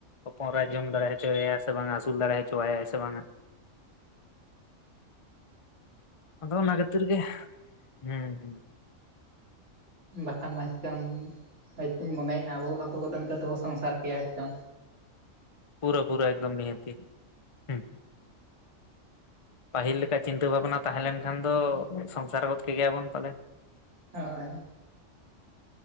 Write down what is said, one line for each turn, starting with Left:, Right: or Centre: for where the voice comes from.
Left: ᱦᱚᱯᱚᱱᱨᱟᱭ ᱡᱚᱢ ᱫᱟᱲᱮ ᱦᱚᱪᱚᱣᱟᱭ ᱥᱮ ᱵᱟᱝᱟ ᱟᱹᱥᱩᱞ ᱫᱟᱲᱮ ᱦᱚᱪᱚᱣᱟᱭ ᱥᱮ ᱵᱟᱝᱟ᱾ ᱟᱫᱚ ᱚᱱᱟ ᱠᱷᱟᱹᱛᱤᱨ ᱜᱮ, ᱦᱩᱸ ᱦᱩᱸ ᱾
Right: ᱵᱟᱠᱷᱟᱱ ᱢᱟᱛᱠᱟᱹᱢ ᱦᱚᱭᱛᱚᱧ ᱢᱚᱱᱮᱭᱼᱟ ᱟᱵᱚ- ᱟᱵᱚ ᱱᱤᱛᱚᱜ ᱫᱚᱵᱚ ᱥᱚᱝᱥᱟᱨ ᱠᱮᱜᱼᱟ ᱮᱠᱫᱚᱢ᱾
Left: ᱯᱩᱨᱟᱹ-ᱯᱩᱨᱟᱹ ᱮᱠᱫᱚᱢ ᱱᱤᱦᱟᱹᱛᱤ ᱦᱩᱸ᱾ ᱯᱟᱹᱦᱤᱞ ᱞᱮᱠᱟ ᱪᱤᱱᱛᱟᱹ ᱵᱷᱟᱵᱱᱟ ᱛᱟᱦᱮᱸ ᱞᱮᱱ ᱠᱷᱟᱱ ᱫᱚ ᱥᱚᱝᱥᱟᱨ ᱜᱚᱫ ᱠᱮᱫᱮᱭᱟᱵᱚᱱ ᱯᱟᱞᱮᱜ᱾
Right: ᱦᱳᱭ᱾